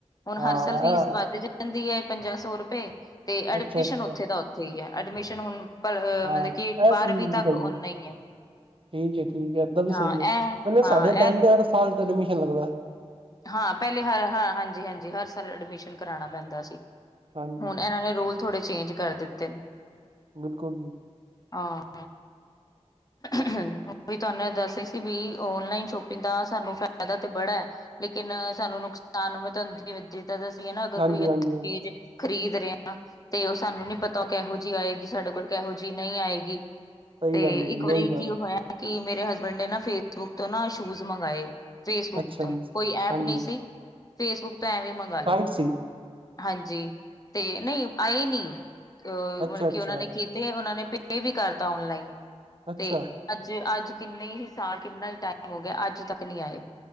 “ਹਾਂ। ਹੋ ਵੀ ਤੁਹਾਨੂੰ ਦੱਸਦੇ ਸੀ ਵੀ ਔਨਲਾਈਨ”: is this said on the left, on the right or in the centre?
Left